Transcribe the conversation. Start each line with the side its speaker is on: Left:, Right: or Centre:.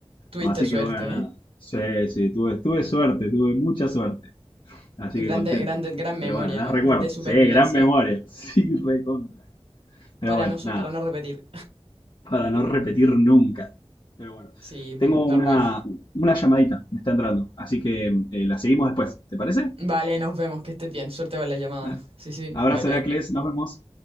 Right: Tuviste
Left: Así
Right: suerte,
Left: que bueno, nada.
Right: ¿eh?
Left: Sí, sí, tuve, tuve suerte, tuve mucha suerte. Así
Right: Grande,
Left: que contento.
Right: grande, gran memoria,
Left: Pero bueno, las
Right: ¿no?
Left: recuerdo.
Right: De supervivencia.
Left: Sí, gran memoria. <laughs> Sí, recontra. Pero
Right: Para
Left: bueno,
Right: no, su-
Left: nada.
Right: para no repetir.
Left: Para no repetir nunca. Pero bueno.
Right: Sí, pu,
Left: Tengo
Right: normal.
Left: una, una llamadita. Me está entrando. Así que eh, la seguimos después. ¿Te parece?
Right: Vale, nos vemos, que estés bien. Suerte con la llamada.
Left: Bueno.
Right: Sí, sí,
Left: Abrazo,
Right: bye bye.
Left: Heracles. Nos vemos.